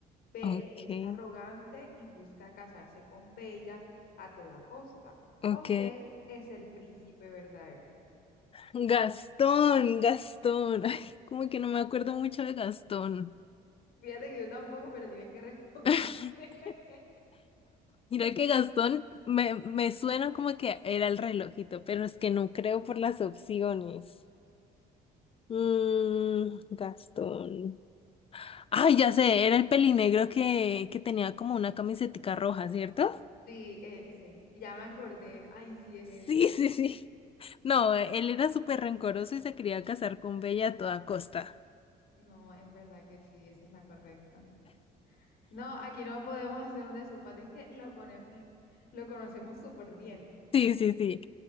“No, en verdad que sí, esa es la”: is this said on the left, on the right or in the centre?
Left